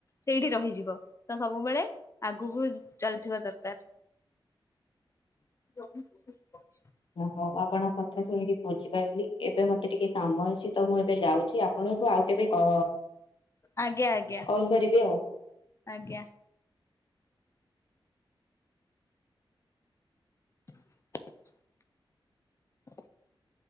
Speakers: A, on the left; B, on the left.
A: ସେଇଠି ରହିଯିବ ତ ସବୁବେଳେ ଆଗକୁ ଚାଲୁଥିବା ଦରକାର।
B: <inaudible>
A: <unintelligible>
B: ଓହଉ ଆପଣତ କଥା ଶୁଣିକି ବୁଝିପାରିଲି ଏବେ ମତେ ଟିକେ କାମ ଅଛି ତ ମୁଁ ଏବେ ଯାଉଛି ଆପଣଙ୍କୁ ଆଉ କେବେ କ
A: ଆଜ୍ଞା ଆଜ୍ଞା
B: କଲ୍ କରିବି ଆଉ
A: ଆଜ୍ଞା। <unintelligible>